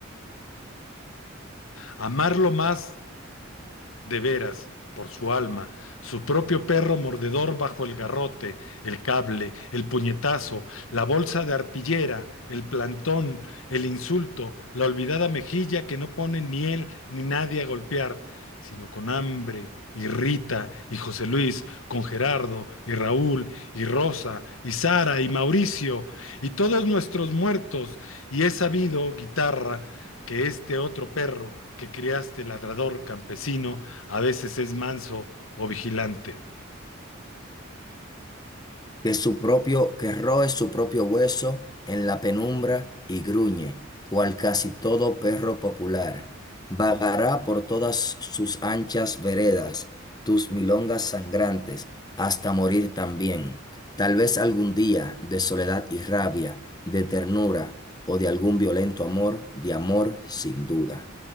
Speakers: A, on the left; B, on the left.
A: amarlo más de veras, por su alma, su propio perro mordedor bajo el garrote, el cable, el puñetazo, la bolsa de arpillera, el plantón, el insulto, la olvidada mejilla que no pone ni él ni nadie a golpear, sino con hambre. Y Rita, y José Luis, con Gerardo, y Raúl, y Rosa, y Sara, y Mauricio, y todos nuestros muertos, y he sabido, guitarra, que este otro perro que criaste, ladrador campesino, a veces es manso o vigilante.
B: que su propio, que roe su propio hueso en la penumbra y gruñe, cual casi todo perro popular. Vagará por todas sus anchas veredas, tus milongas sangrantes, hasta morir también. Tal vez algún día, de soledad y rabia, de ternura o de algún violento amor, de amor sin duda.